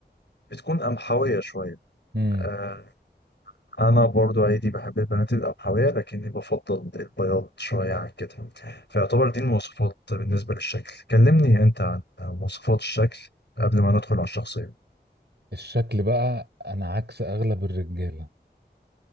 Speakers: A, on the left; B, on the right.
A: بتكون قمحوية شوية
B: مم.
A: آه، أنا برضو عادي بحب البنات القمحوية لكني بفضل البياض شوية عن كده فيعتبر دي المواصفات بالنسبة للشكل كلمني أنت عن مواصفات الشكل قبل ما ندخل على الشخصية
B: الشكل بقى أنا عكس أغلب الرجالة